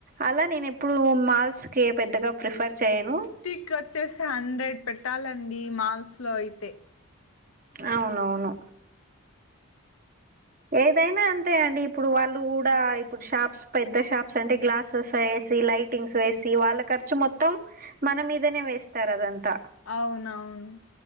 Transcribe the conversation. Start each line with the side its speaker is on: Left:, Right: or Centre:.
Right: అలా నేను ఎప్పుడు మాల్స్‌కి పెద్దగా ప్రిఫర్ చెయ్యను
Left: టిక్ వచ్చేసి హండ్రెడ్ పెట్టాలండి మాల్స్లో అయితే
Right: అవునవును ఏదైనా అంతే అండి ఇప్పుడు వాళ్ళు కూడా ఇప్పుడు షాప్స్ పెద్ద షాప్స్ అంటే గ్లాసెస్ అయెసి లైటింగ్స్ వేసి వాళ్ళా ఖర్చు మొత్తం మన మీదనే వేస్తారు అదంతా
Left: అవునవును